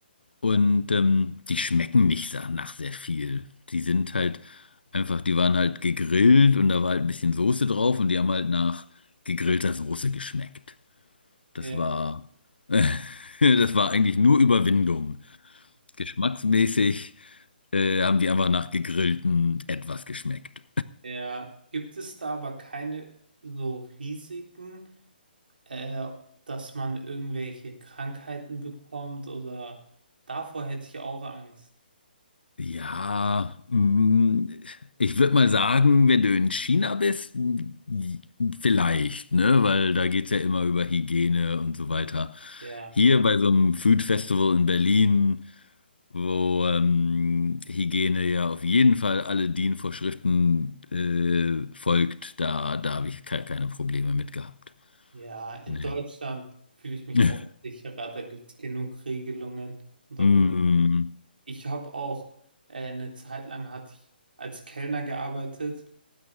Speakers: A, on the left (about 70°); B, on the right (about 65°).
A: und ähm, die schmecken nicht sa- nach sehr viel. Die sind halt einfach, die waren halt gegrillt und da war halt ein bisschen Soße drauf und die haben halt nach gegrillter Soße geschmeckt. Das
B: Ja.
A: war, <laughs> das war eigentlich nur Überwindung. Geschmacksmäßig äh, haben die einfach nach gegrillten etwas geschmeckt.
B: Ja, gibt es da aber keine so Risiken, äh, dass man irgendwelche Krankheiten bekommt oder davor hätte ich auch Angst.
A: Ja, mm, ich würde mal sagen, wenn du in China bist, mm, vielleicht, ne? Weil da geht's ja immer über Hygiene und so weiter.
B: Ja,
A: Hier bei so einem Food Festival in Berlin, wo ähm, Hygiene ja auf jeden Fall alle DIN-Vorschriften äh, folgt, da, da habe ich ke keine Probleme mit gehabt.
B: ja, in
A: Nee.
B: Deutschland fühle ich mich
A: <laughs>
B: auch sicherer, da gibt es genug Regelungen und da
A: Mm,
B: wird ich habe auch äh, eine Zeit lang hatte ich als Kellner gearbeitet